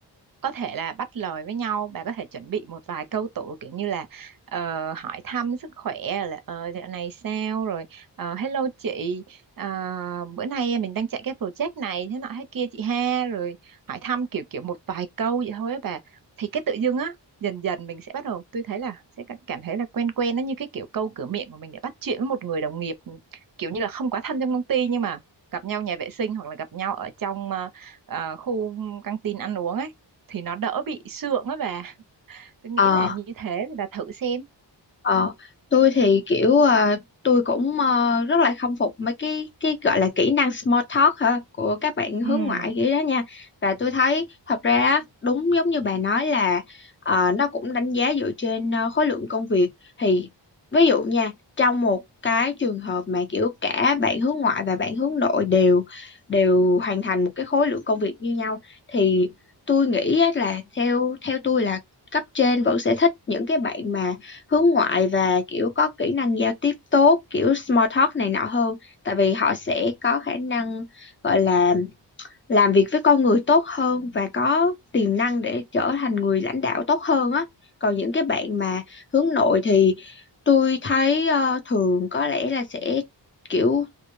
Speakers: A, on the right; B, on the left.
A: có thể là bắt lời với nhau bà có thể chuẩn bị một vài câu tụ kiểu như là ờ, hỏi thăm sức khỏe là ờ, dạo này sao rồi ờ, hello chị ờ, bữa nay mình đang chạy cái project này thế nọ thế kia chị ha rồi hỏi thăm kiểu kiểu một vài câu vậy thôi á bà thì cái tự dưng á dần dần mình sẽ bắt đầu tôi thấy là sẽ cảm cảm thấy là quen quen nó như cái kiểu câu cửa miệng của mình để bắt chuyện với một người đồng nghiệp kiểu như là không quá thân trong công ty nhưng mà gặp nhau nhà vệ sinh hoặc là gặp nhau ở trong ờ, ờ, khu căng tin ăn uống ấy thì nó đỡ bị sượng á bà tôi nghĩ
B: Ờ,
A: là như thế thì bà thử xem
B: Ờ, tôi thì kiểu à, tôi cũng ờ, rất là khâm phục mấy cái cái gọi là kỹ năng small talk hả của các bạn hướng
A: ừ
B: ngoại kiểu đó nha và tôi thấy thật ra á, đúng giống như bà nói là ờ, nó cũng đánh giá dựa trên ờ, khối lượng công việc thì ví dụ nha trong một cái trường hợp mà kiểu cả bạn hướng ngoại và bạn hướng nội đều đều hoàn thành một cái khối lượng công việc như nhau thì tôi nghĩ á là theo theo tôi là cấp trên vẫn sẽ thích những cái bạn mà hướng ngoại và kiểu có kỹ năng giao tiếp tốt kiểu small talk này nọ hơn tại vì họ sẽ có khả năng gọi là làm việc với con người tốt hơn và có tiềm năng để trở thành người lãnh đạo tốt hơn á còn những cái bạn mà hướng nội thì tôi thấy ờ, thường có lẽ là sẽ kiểu